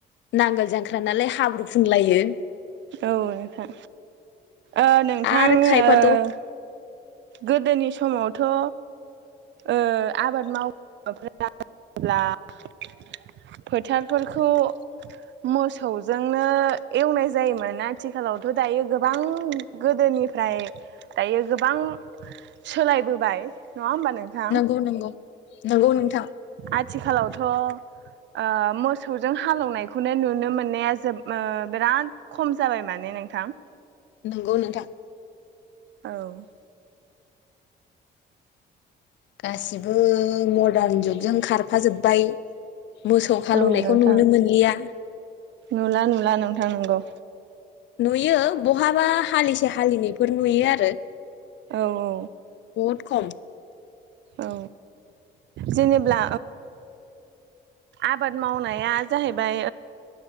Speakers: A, on the left (about 70°); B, on the right (about 65°).
A: नांगोल जांख ख्रानालाय हाब्रु फुनलायो
B: औ नोंथां ओ नोंथां
A: आरो
B: ओ
A: खायफाथ'
B: गोदोनि समाव थ ओ आबाद माय <unintelligible> फोथारफोरखौ मोसौजोंनो एवनाय जायोमोना आथिखालावथ' दायो गोबां गोदोनिफ्राय दायो गोबां सोलायबोबाय नङा होमबा नोंथां
A: नंगौ नंगौ नंगौ नोंथां
B: आथिखालावथ' आ मोसौजों हालौनायखौनो नुनो मोननाया जोब ओ बिराद खम जाबाय माने नोंथां
A: नोंगौ नोंथां
B: औ
A: गासिबो मरदान जुगजों खारफाजोब्बाय मोसौ हालौनायखौ
B: औ नोंथां।
A: नुनो मोनलिया
B: नुला नुला नोंथां नोंगौ
A: नुयो बहाबा हालिसे हालिनैफोर नुयो आरो
B: औ औ
A: बहुद खम
B: औ जेनेब्ला आबाद मावनाया जाहैबाय